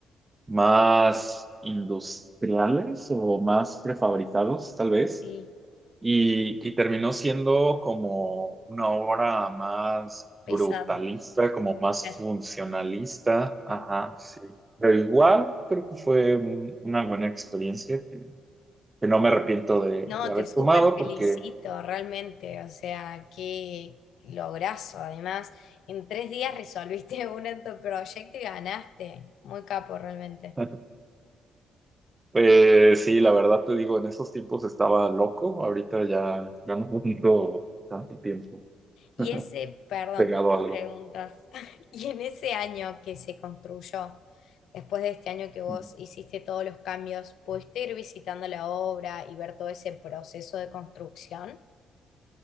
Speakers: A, on the right; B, on the left.
A: más industriales o más prefabricados, tal vez.
B: sí,
A: Y, y terminó siendo como una obra más
B: pesada,
A: brutalista, como más
B: claro.
A: funcionalista. Ajá,
B: Ujú.
A: sí. Pero igual creo que fue un- una buena experiencia que, que no me arrepiento de,
B: No,
A: de haber
B: te súper
A: tomado
B: felicito,
A: porque,
B: realmente. O sea, qué lograzo. Además, en tres días resolviste <laughs> un en tu proyecto y ganaste. Muy capo, realmente.
A: <laughs> pues sí, la verdad te digo, en esos tiempos estaba loco. Ahorita ya, ya no <laughs> tengo tanto tiempo
B: Y ese,
A: <laughs>
B: perdón,
A: pegado
B: tantas
A: a algo.
B: preguntas. <laughs> Y en ese año que se construyó, después de este año que vos
A: <laughs>
B: hiciste todos los cambios, ¿pudiste ir visitando la obra y ver todo ese proceso de construcción?